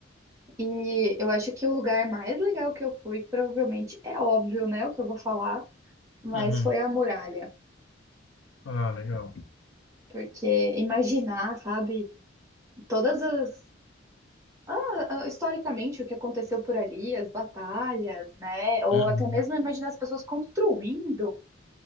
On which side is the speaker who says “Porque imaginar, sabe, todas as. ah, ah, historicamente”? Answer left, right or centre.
Right